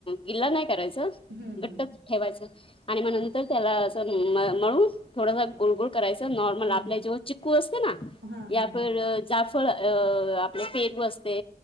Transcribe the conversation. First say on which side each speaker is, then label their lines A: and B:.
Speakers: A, on the left; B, on the right.
A: गिल्ला नाही करायचं
B: हं,
A: घट्ट
B: हं.
A: ठेवायचं आणि मग नंतर त्याला अस मळून थोडासा गुोलगुोल करायचा नॉर्मल
B: हं.
A: आपल्या जेव चिक्कू असते ना
B: हां,
A: यापर
B: हां, हां.
A: जाफळ अ आपले पेट बसते